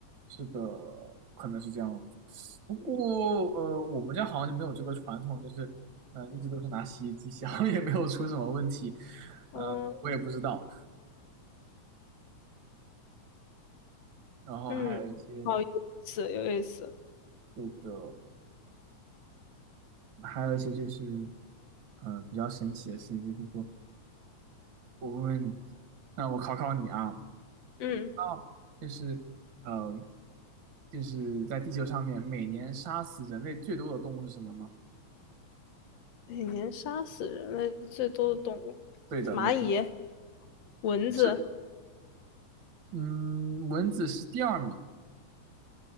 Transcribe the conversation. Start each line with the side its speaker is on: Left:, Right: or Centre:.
Right: 这个可能是这样子。不过呃，我们家好像就没有这个传统，就是嗯、呃一直都是拿洗衣机洗，好像也没有出什么问题。
Left: 嗯
Right: 呃，我也不知道。然后还有一些
Left: 嗯，好有意思，有意思。
Right: 这个。还有一些就是，呃，比较神奇的事情，就是说我问问你，那我考考你啊，
Left: 嗯，
Right: 那就是呃，就是在地球上面每年杀死人类最多的动物是什么吗？
Left: 每年杀死人类最多的动物，
Right: 对的，
Left: 蚂蚁、
Right: 每年
Left: 蚊子，
Right: 是，嗯，蚊子是第二名，